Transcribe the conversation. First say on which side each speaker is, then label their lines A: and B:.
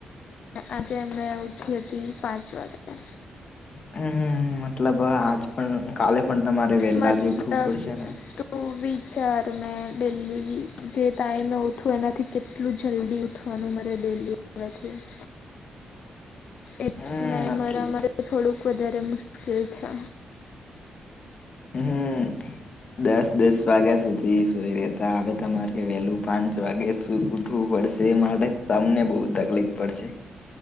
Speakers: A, on the left; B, on the left.
A: આજે <unintelligible> મે ઉઠી હતી પાંચ વાગ્યે
B: હમ મતલબ આજ પણ કાલે પણ તમારે વહેલા
A: મતલબ
B: જે ઉઠવું પડશે ને.
A: તું વિચાર મે દેલ્હી જે તઇ મે ઉઠું એનાથી. એટલું જલ્દી ઉઠવાનું મારે ડેલ્લી ઉઠાય તેવી. એટલે
B: હમ એટલે
A: મારા માટે થોડુંક વધારે મુશ્કેલ છે.
B: હમ દસ દસ વાગ્યા સુધી. ઇ સોઈ રેતા આવે તમારે વહેલું પાંચ વાગે શું ઉઠવું પડશે. એ માટે તમને બહુ તકલીફ પડશે.